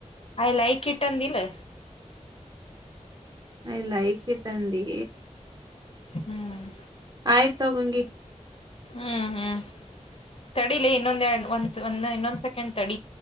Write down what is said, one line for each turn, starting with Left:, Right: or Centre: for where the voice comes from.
Left: ಐ್ ಲೈಕ್ ಇಟ್ ಹಂದಿಲೆ
Right: ಐ ಲೈಕ್ ಇಟ್ ಅಂದೀ.
Left: ಹ್ಮ್.
Right: ಆಯ್ತ್ ತಗಂಂಗಗೆ.
Left: ಹ್ಮ್ ಹ್ಮ್. ತಡಿಲಿ ಇನ್ನೊಂದ ಎ ಒಂದ್ ಒಂದ್ ಇನ್ನೊಂದ್ ಸೆಕೆಂಡ್ ತಡಿ.